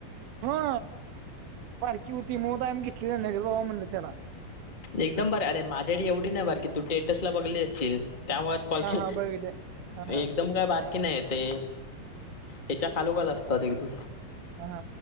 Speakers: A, on the right; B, on the left.
A: हा बारखी होती मग आम्ही घेतली जा बाबा म्हणलं त्याला
B: एकदम बरं अरे माझ्याकडे एवढं नाही बारकी की तु स्टेटसला बघितलं असशील त्यामुळे कॉल
A: हा
B: के
A: हा बघितले. हा हा
B: एकदम काय बारकी नाही ते हच्या कालोकाल असतात एकदम
A: ह हा